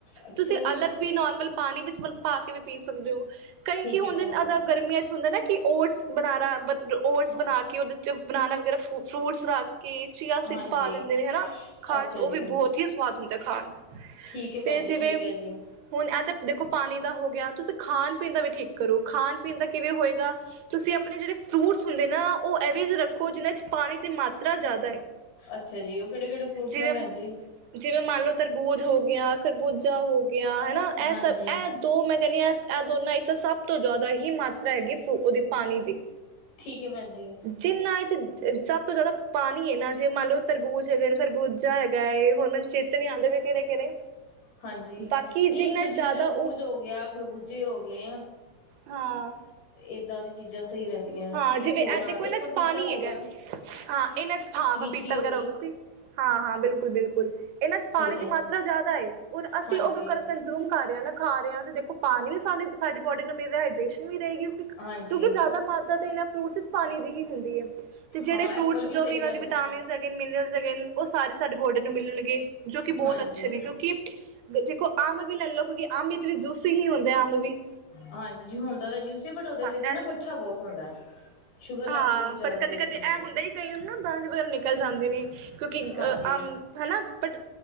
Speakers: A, on the left; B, on the right.
A: ਅੱਛਾ
B: ਤੁਸੀਂ
A: ਜੀ,
B: ਅਲੱਗ ਵੀ ਨੋਰਮਲ ਪਾਣੀ ਵਿੱਚ ਮਤਲਬ ਪਾ ਕੇ ਵੀ ਪੀ ਸਕਦੇ ਹੋ ਕਈ
A: ਠੀਕ
B: ਕੀ ਹੁੰਦੇ
A: ਐ ਭੈਣ ਜੀ,
B: ਅ ਗਰਮੀਆਂ ਚ ਹੁੰਦੇ ਨਾ ਕਿ ਓਟਸ ਬਨਾਰਾ ਓਟਸ
A: ਹਾਂ
B: ਬਣਾ ਕੇ ਉਹਦੇ ਚ ਬਣਾਣਾ ਵਗੈਰਾ ਫਰੂਟਸ <inaudible> ਕੇ ਚੀਆ ਸਧ
A: ਹਾਂਜੀ।
B: ਪਾ ਦਿੰਦੇ ਨੇ ਹਨਾ ਖਾਣ
A: ਅੱਛਾ
B: 'ਚ ਉਹ
A: ਜੀ,
B: ਵੀ ਬਹੁਤ ਹੀ ਸਵਾਦ ਹੁੰਦਾ ਖਾਣ ਚ
A: ਠੀਕ ਐ ਭੈਣ
B: ਤੇ
A: ਜੀ, ਠੀਕ
B: ਜਿਵੇਂ
A: ਐ ਜੀ।
B: ਹੁਣ ਇਹ ਤਾਂ ਦੇਖੋ ਪਾਣੀ ਦਾ ਹੋ ਗਿਆ ਤੁਸੀਂ ਖਾਣ ਪੀਣ ਦਾ ਵੀ ਠੀਕ ਕਰੋ ਖਾਣ ਪੀਣ ਦਾ ਕਿਵੇਂ ਹੋਏਗਾ ਤੁਸੀਂ ਆਪਣੇ ਜਿਹੜੇ ਫਰੂਟਸ ਹੁੰਦੇ ਨਾ ਉਹ ਇਹਵੇ ਰੱਖੋ ਜਿਹਨਾਂ ਚ ਪਾਣੀ ਦੀ ਮਾਤਰਾ ਜ਼ਿਆਦਾ ਹੈ
A: ਅੱਛਾ ਜੀ, ਉਹ ਕਿਹੜੇ-ਕਿਹੜੇ ਫਰੂਟਸ
B: ਜਿਵੇਂ
A: ਨੇ ਭੈਣ ਜੀ?
B: ਜਿਵੇਂ ਮੰਨ ਲਓ ਤਰਬੂਜ ਹੋ ਗਿਆਆਂ ਖਰਬੂਜਾ ਹੋਗ ਗਿਆ ਹਨਾ
A: ਹਾਂਜੀ
B: ਇਹ ਸਭ ਇਹ ਦੋ ਮੈਂ ਕਹਿੰਦੀ ਹਾਂ <inaudible> ਦੋਨਾਂ ਵਿੱਚ ਤਾਂ ਸਭ ਤੋਂ ਜ਼ਿਆਦਾ ਹੀ ਮਾਤਰਾ ਹੈਗੀ ਫੂ ਉਹਦੀ ਪਾਣੀ ਦੀ
A: ਠੀਕ ਏ ਪੈਣ ਜੀ
B: ਜਿੰਨਾ ਇਹ 'ਚ ਸਭ ਤੋਂ ਜ਼ਿਆਦਾ ਪਾਣੀ ਹੈ ਨਾ ਜੇ ਮੰਨ ਲਓ ਤਰਬੂਜ ਹੈਗਾ ਤਰਬੂਜਾ ਹੈਗਾ ਹੈਰ ਮੈਨ ਚਤ ਨੀ ਆਉਂ ਕਿਹੜੇ ਕਿਹੜੇ
A: ਹਾਂਜੀ
B: ਬਾਕੀ
A: ਨਹੀਂ
B: ਜਿੰਨਾ
A: ਇੱਕ ਤਾਂ
B: ਜ਼ਿਆਦਾ
A: ਜਿਵੇਂ ਤਰਬੂਜ
B: ਉਹ
A: ਹੋ ਗਿਆ ਖਰਬੂਜ ਜੇ ਹੋ ਗਏ
B: ਹਾਂ
A: ਇਏਾਂ ਦੀ ਚੀਜ਼ਾਂ ਸਹੀ ਰਹਿੰਦੀਆਂ
B: ਹਾਂ ਜਿਵੇਂ
A: ਇੱਕ ਹੋਰ
B: ਇਹ ਦੇਖੋ
A: ਆਉਂ
B: ਇਹਨਾਂ
A: ਇੱਕ ਪਪੀਤਾ
B: ਚ ਪਾਣੀ
A: ਹੋ
B: ਹੈਗਾ
A: ਗਿਆ
B: ਹਾਂ ਇਹਨਾਂ ਚ ਹਾਂ
A: ਲੀਚੀ
B: ਪਾਪੀਤਾ ਵਗੈਰਾ
A: ਗਈ
B: ਹੋ ਗਿਆ ਕੋਈ ਹਾਂ-ਹਾਂ ਬਿਲਕੁਲ-ਬਿਲਕੁਲ ਇਹਨਾਂ ਚ
A: ਠੀਕ
B: ਪਾਣੀ ਦੀ
A: ਹੈ
B: ਮਾਤਰਾ ਜ਼ਿਆਦਾ ਏ ਹੁਣ ਅਸੀਂ
A: ਹਾਂਜੀ
B: ਉਹਗੇ ਕਰ ਕੰਜ਼ਿੂਮ ਖਾ ਰਿਹਾ ਨਾ ਖਾ ਰਿਹਾ ਤੇ ਦੇਖੋ ਪਾਣੀ ਸਾਨੂੰ ਸਾਡੀ ਬੋਡੀ ਨੂੰ ਮਿਲ ਰਿਹਾ ਹਾਈਡ੍ਰੇਸ਼ਨ ਵੀ ਰਹੇਗੀ
A: ਹਾਂਜੀ
B: ਕਿਉਂਕਿ ਜ਼ਿਆਦਾ ਮਾਤ ਤੇ ਇਹਨਾਂ ਫਰੂਟਸ ਵਿੱਚ ਪਾਣੀ ਦੀ ਹੀ ਹੁੰਦੀ ਹੈ ਤੇ ਜਿਹੜੇ
A: ਹਾਂ
B: ਫਰੂਟਸ
A: ਐਪਲ
B: ਜੋ
A: ਸਹੀ
B: ਵੀ ਇਹਨਾਂ
A: ਰਹਿੰਦਾ
B: ਦੀ ਵਿਟਾਮਿਨ ਹੈਗੇ ਮਿਨਰ ਹੈਗੇ ਉਹ ਸਾਰੇ ਸਾਡੇ ਬੋਡੀ ਨੂੰ ਮਿਲਣਗੇ ਜੋ ਕਿ ਬਹੁਤ
A: ਹਾਂਜੀ
B: ਅੱਛੇ ਨੇ ਕਿਉਂਕਿੋ ਅੰਬ ਵੀ ਲੈ ਲਓ ਕਿਉਂਕਿ ਅੰਬ ਵਿੱਚ ਵੀ ਜੂਸੀ ਹੀ ਹੁੰਦੇ ਆ ਅੰਬ ਵੀ
A: ਹਾਂਜੀ ਜ ਹੁੰਦਾ ਤਾਂ ਜੂਸੀ ਬਟ ਉਹਦੇ
B: ਹਾਂ
A: ਵਿੱਚ ਨਾ
B: ਇਹ
A: ਮਿੱਠਾ
B: ਸਭ
A: ਬਹੁਤ ਹੁੰਦਾ ਸ਼ੂਗਰ ਲੈਵਲ
B: ਹਾਂ
A: ਬਹੁਤ ਜ਼ਿਆਦਾ
B: ਪਰ ਕਦੇ
A: ਤੇਜ਼
B: ਕਦੇ
A: ਹੁੰਦੀ
B: ਇਹ
A: ਹੈ
B: ਹੁੰਦਾ ਹੀ ਕਈ ਨਾ ਦਾਂਜ ਵਗੈਰਾ ਨਿਕਲ ਜਾਂਦੇ ਨੇ ਕਿਉਂਕਿ
A: ਹਾਂਜੀ
B: ਅਹ ਆਮ ਹਨਾ ਪਟ